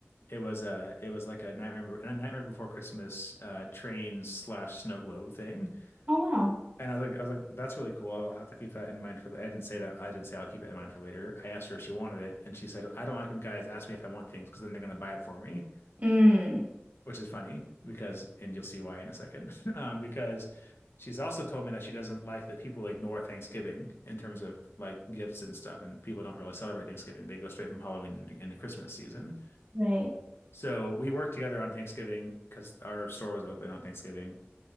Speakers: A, on the left; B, on the right.
A: it was a it was like a Nightmare a Nightmare Before Christmas uh, train slash snow globe thing.
B: Oh wow.
A: And I was like I was like that's really cool. I'll have to keep that in mind for. la-" I didn't say that. I didn't say I'll keep it in mind for later. I asked her if she wanted it, and she said I don't like when guys ask me if I want things because then they're gonna buy it for me
B: Mm,
A: which is funny because, and you'll see why in a second, <laughs> um, because she's also told me that she doesn't like that people ignore Thanksgiving in terms of like gifts and stuff, and people don't really celebrate Thanksgiving. They go straight from Halloween into, into Christmas season.
B: right.
A: So we worked together on Thanksgiving because our store was open on Thanksgiving.